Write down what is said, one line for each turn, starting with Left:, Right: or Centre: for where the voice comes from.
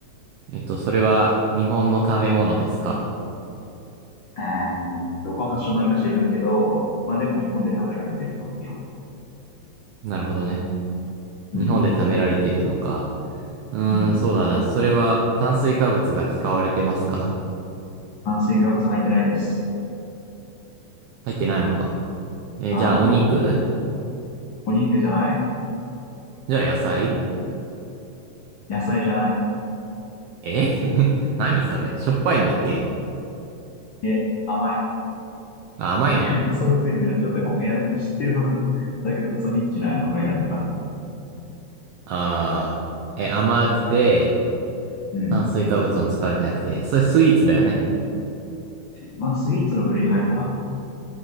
Right: えっと、それは日本の食べ物ですか
Left: ー。えー、どこ発祥なのか知らんけど、まあでも日本で食べられてると思うよ。
Right: なるほどね。
Left: うん。
Right: 日本で食べられてるのか。うーん、
Left: うん。
Right: そうだな。それは炭水化物が使われてますか
Left: 炭水化物入ってないです。
Right: 入ってないのか。え、
Left: うん。
Right: じゃあお肉
Left: お肉じゃない。
Right: じゃあ野菜
Left: 野菜じゃない。
Right: え <laughs> 何それしょっぱいんだっけ
Left: え、甘い。
Right: あ、甘いの
Left: <laughs> クソむずいの選んじゃったかも。いや、でも知ってるはず。だけどクソニッチなの選んじゃった。
Right: あー、え、甘くて、
Left: うん。
Right: 炭水化物も使われてなくて、それスイーツだよね。
Left: まあ、スイーツの部類に入るかな。